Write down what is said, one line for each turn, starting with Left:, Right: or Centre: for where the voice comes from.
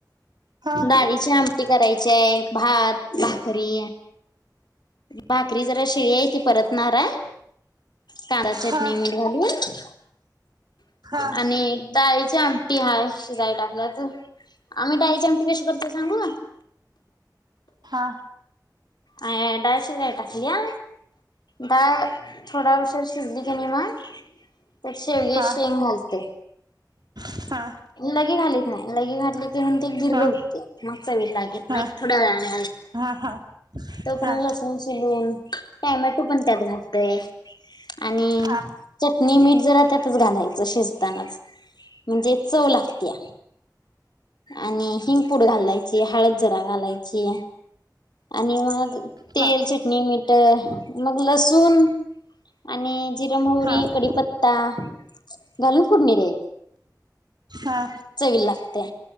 Right: हा
Left: डाळीची आमटी करायचे आहे भात. भाकरी भाकरी जरा शिव्या आहेती. परतणार आहे कांदा चटणी
Right: हा
Left: मीठ घालून.
Right: हा
Left: आणि डाळीची आ. हाय शिजाई टाकला तर आम्ही डाळीची आमटी कशी करतो सांगू.
Right: हा.
Left: अं डाळ शिजाय टाकल्या. डाळ थोडा उशीर शिजली कणी मग तर शेवग्याची
Right: हा
Left: शेंग घालते.
Right: हा.
Left: लगे घालीत नाही लगे घातले की मग ते गिर्र
Right: हा
Left: होते मग चवी लागेत
Right: हा
Left: नाही थोड्या वेळाने
Right: हा हा.
Left: तोपर्यंत
Right: हा
Left: पण लसूण शिलून टोमॅटो पण त्यात घाल. आणि
Right: हा
Left: चटणी मीठ जरा त्यातच घालायचं शिजतानाच. म्हणजे चव लागते आणि हिंगपूड घालायची हळद जरा घालायची. आणि मग तेल
Right: हा हा
Left: चटणी मीठ मग लसूण आणि जिरं मोहरी
Right: हा
Left: कढीपत्ता घालून फोडणी
Right: हा
Left: चवील लागते.